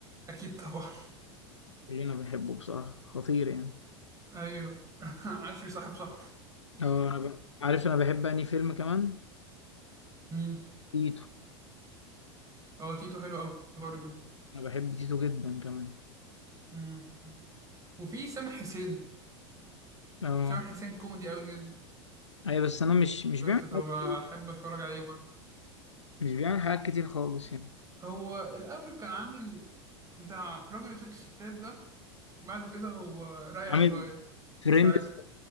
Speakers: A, on the right; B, on the left.
A: أكيد طبعا
B: كلنا بنحبه بصراحة خطير يعني
A: أيوه <laughs> عشري صاحب صاحبه
B: اه انا ب... عارف انا بحب انهي فيلم كمان
A: مين؟
B: تيتو
A: هو تيتو حلو أوي برضه
B: انا بحب تيتو جدا كمان
A: مم. وفي سامح حسين
B: اه
A: سامح حسين كوميدي أوي جدا
B: ايوه بس انا مش مش
A: بس
B: بيعمل
A: فبحب
B: حاجات كتير
A: أتفرج عليه برضه
B: مش بيعمل حاجات كتير خالص يعني
A: هو الأول كان عامل بتاع راجل وست ستات ده بعد كده هو رايح
B: عامل
A: شوية
B: ترند
A: من ساعتها
B: بس